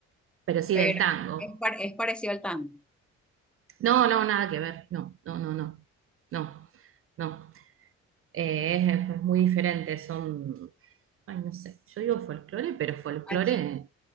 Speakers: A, on the right; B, in the centre.
A: pero sí
B: pero
A: del tango.
B: es, par- es parecido al tango.
A: No, no, nada que ver. No, no, no, no. No, no. Eh, es, es muy diferente. Son, ay, no sé. Yo digo folclore, pero folclore.
B: aquí